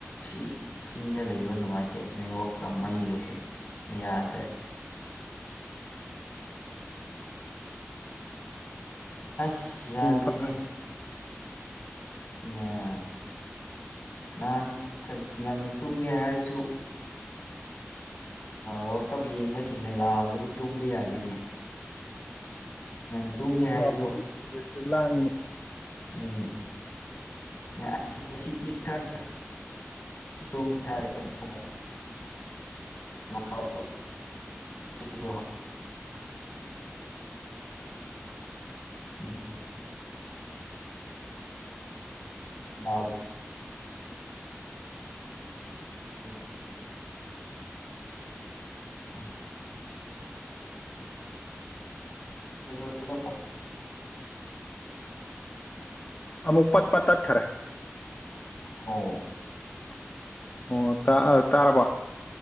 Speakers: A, on the left (about 50°); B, on the left (about 35°).
A: ꯁꯤ ꯆꯤꯡꯗ ꯂꯩꯕ ꯅꯨꯡꯉꯥꯏꯇ ꯇꯦꯅ ꯌꯣꯛꯀ ꯃꯩꯒꯁꯨꯦ ꯌꯥꯗ꯭ꯔꯦ ꯑꯁ ꯌꯥꯗꯅꯦ
B: ꯁꯤ ꯏꯝꯐꯥ
A: ꯑꯦ ꯅꯍꯥꯟ ꯈꯔ ꯉꯟꯅ ꯇꯨꯝꯒꯦ ꯍꯥꯏꯔꯁꯨ ꯋꯥꯔꯜ ꯀꯞ ꯌꯦꯡꯕꯁꯤꯡꯅ ꯂꯥꯎꯕꯗ ꯇꯨꯝꯕ ꯌꯥꯗꯦꯅꯦ ꯉꯟꯅ ꯇꯨꯝꯒꯦ
B: ꯍꯔꯥꯎꯕ
A: ꯍꯥꯏꯔꯁꯨ
B: ꯂꯥꯡꯉꯤꯅꯦ
A: ꯎꯝ ꯉꯗꯤ ꯈ ꯇꯨꯡ ꯇꯥꯔꯦ ꯑꯃꯨ ꯂꯥꯎ ꯁꯨ ꯃꯦ ꯂ ꯕ ꯌꯥꯅꯦ ꯎꯝ ꯀꯩꯗꯧꯅꯣ
B: ꯑꯃꯨꯛ ꯄꯠ ꯄꯠ ꯇꯠꯊꯔꯦ
A: ꯍ
B: ꯑꯣ ꯇꯥ ꯇꯥꯔꯥꯕ